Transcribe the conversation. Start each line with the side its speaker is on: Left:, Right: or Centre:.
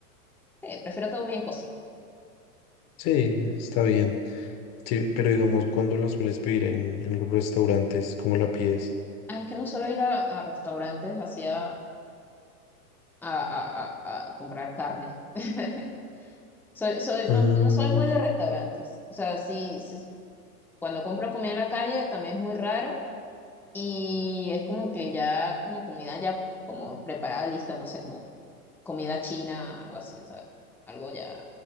Centre: Eh, prefiero todo bien cocido.
Left: sí, está bien. Sí, pero digamos, ¿cuándo la sueles pedir en, en los restaurantes? ¿Cómo la pides?
Centre: Ah, es que no suelo ir a, a restaurantes así a, a- a- a- a comprar carne. <laughs> Soy, soy, no,
Left: Mm,
Centre: no soy muy de restaurantes. O sea, sí, sí, cuando compro comida en la calle también es muy raro y es como que ya, como comida ya como preparada, lista, no sé, como comida china, algo así, ¿sabes? Algo ya